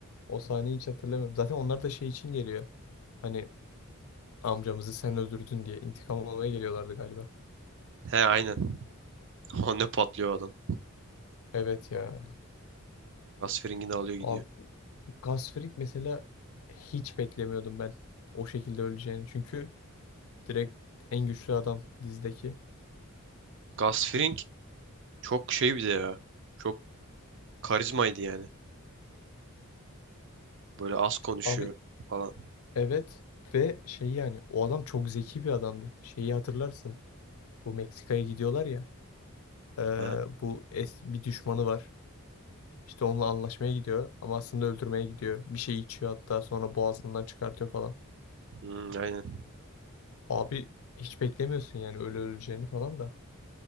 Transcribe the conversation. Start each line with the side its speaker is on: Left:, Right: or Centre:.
Left: O sahneyi hiç hatırlamıyorum. Zaten onlar da şey için geliyor. Hani amcamızı sen öldürdün diye intikam almaya geliyorlardı galiba.
Right: He aynen. <laughs> O ne patlıyor adam.
Left: Evet ya.
Right: Gasfring'i de alıyor gidiyor.
Left: Abi, Gasfring mesela hiç beklemiyordum ben. O şekilde öleceğini. Çünkü direkt en güçlü adam dizdeki.
Right: Gasfring çok şey bir de ya. Çok karizmaydı yani. Böyle az konuşuyor
Left: Abi
Right: falan.
Left: Evet ve şey yani o adam çok zeki bir adamdı. Şeyi hatırlarsın. Bu Meksika'ya gidiyorlar ya. Ee,
Right: Ha?
Left: bu es bir düşmanı var. İşte onunla anlaşmaya gidiyor ama aslında öldürmeye gidiyor. Bir şey içiyor hatta sonra boğazından çıkartıyor falan.
Right: Hmm, aynen.
Left: Abi hiç beklemiyorsun yani öyle öleceğini falan da.